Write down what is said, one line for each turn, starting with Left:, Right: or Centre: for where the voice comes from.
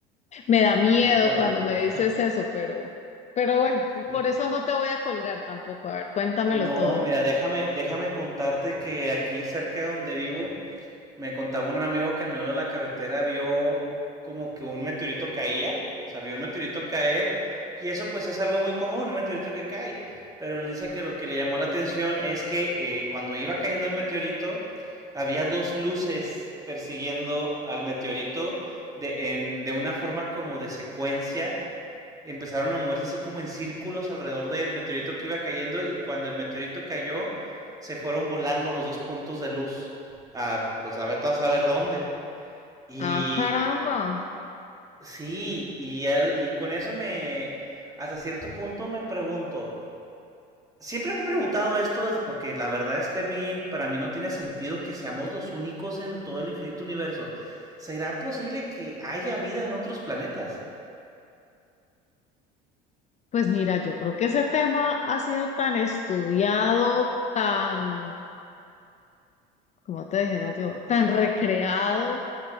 Left: Me da miedo
Right: Un poco loco.
Left: cuando me dices eso, pero, pero bueno,
Right: <laughs>
Left: por eso no te voy a colgar tampoco. A ver, cuéntamelo
Right: No,
Left: todo.
Right: mira, déjame, déjame contarte que aquí cerca de donde vivo Me contaba un amigo que en medio de la carretera vio como que un meteorito caía, o sea, vio un meteorito caer, y eso pues es algo muy común, un meteorito que cae, pero él dice que lo que le llamó la atención es que eh, cuando iba cayendo el meteorito, había dos luces persiguiendo al meteorito de, en, de una forma como de secuencia empezaron a moverse así como en círculos alrededor del meteorito que iba cayendo y cuando el meteorito cayó se fueron volando los dos puntos de luz a pues a ver a saber dónde y
Left: Ah, caramba.
Right: sí y, y con eso me hasta cierto punto me pregunto siempre me he preguntado esto porque la verdad es que a mí para mí no tiene sentido que seamos los únicos en todo el infinito universo será posible que haya vida en otros planetas
Left: Pues mira, yo creo que ese tema ha sido tan estudiado, tan, ¿cómo te dijera yo? Tan recreado.